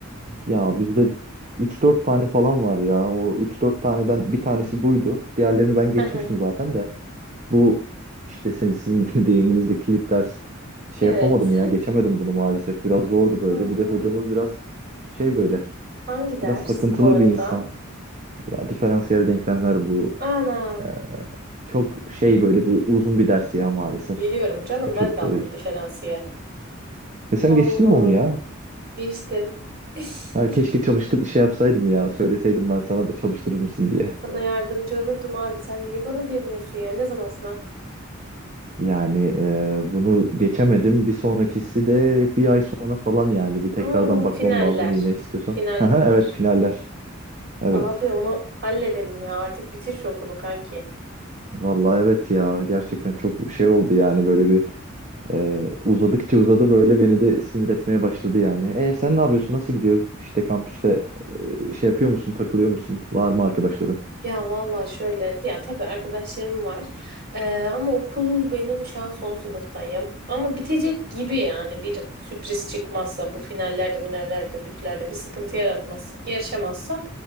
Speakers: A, on the right (about 35°); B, on the right (about 50°).
A: Ya bizde üç dört tane falan var ya. O üç dört taneden bir tanesi buydu. Diğerlerini ben
B: Hı
A: geçmiştim
B: hı.
A: zaten de. bu işte sen- sizin <laughs> de deyiminizde kilit ders şey
B: Evet.
A: yapamadım ya geçemedim bunu maalesef. Biraz zordu böyle.
B: <laughs> Allah
A: Bir de hocamız
B: Allah.
A: biraz şey böyle
B: Hangi ders
A: biraz takıntılı
B: bu arada?
A: bir insan. Ya diferansiyel denklemler bu.
B: Ana.
A: Ee, çok şey böyle bu uzun bir ders ya maalesef.
B: Biliyorum canım
A: Ee, Çok
B: ben de aldım
A: böyle.
B: diferansiyel.
A: E sen
B: Allah
A: geçtin mi
B: Allah.
A: onu ya?
B: Geçtim. <laughs>
A: Ha, keşke çalıştır şey yapsaydım ya söyleseydim ben sana da çalıştırır mısın diye.
B: Sana yardımcı olurdum abi. Sen niye bana demiyorsun ya? Ne zaman sınav?
A: Yani e, bunu geçemedim. Bir sonrakisi de bir ay sonra falan yani bir tekrardan
B: Aa,
A: bakmam
B: finaller.
A: lazım yine istiyorsan.
B: Final
A: <laughs> Aha,
B: mi var?
A: evet finaller. Evet.
B: Abi onu halledelim ya. Artık bitir şu okulu kanki.
A: Vallahi evet ya gerçekten çok şey oldu yani böyle bir e, uzadıkça uzadı böyle beni de sinir etmeye başladı yani. E sen ne yapıyorsun? Nasıl gidiyor? İşte kampüste e, şey yapıyor musun? Takılıyor musun? Var mı arkadaşların?
B: Ya valla şöyle ya tabii arkadaşlarım var Ee, ama okul benim şu an son sınıftayım ama bitecek gibi yani bir sürpriz çıkmazsa bu finallerde minallerde bütlerde bir sıkıntı yaratmaz yaşamazsam